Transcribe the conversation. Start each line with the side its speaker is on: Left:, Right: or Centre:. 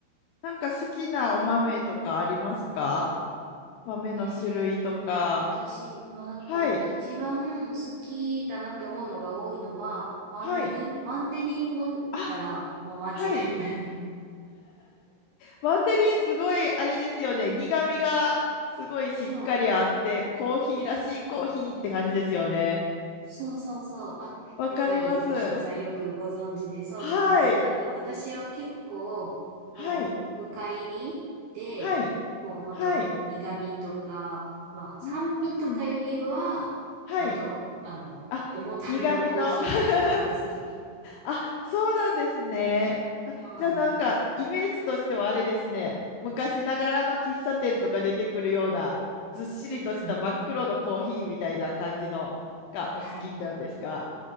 Left: なんか好きなお豆とかありますか豆の種類とか。
Right: ええ、私はなんか一番好きだなって思うのが多いのは、
Left: はい。
Right: マンデリンマンデリン飲んだらもう間違いない。
Left: はい。あ、はい。マンデリンすごいあれですよね。苦味がすごいしっかりあって、
Right: そう。
Left: コーヒーらしいコーヒーって感じですよね。
Right: そうそうそう。あ、
Left: わかります。
Right: やっぱりゆきこさんよくご存知で、そうなんです。
Left: はい。
Right: なんか私は結構、
Left: はい。
Right: もう、深入りで、
Left: はい。
Right: もうほんと苦味とか、
Left: はい。
Right: まあ酸味とかよりは、
Left: うーん。はい。
Right: ほんと、あの、
Left: あ、
Right: 重ためのコーヒーが結構好き。
Left: 苦味の。<laughs> あ、そうなんですね。あ、
Right: <laughs> はい。
Left: じゃあなんかイメージとしてはあれですね。昔ながらの喫茶店とか出てくるようなずっしりとした真っ黒のコーヒーみたいな感じのがお好きなんですか
Right: うんうん。はい。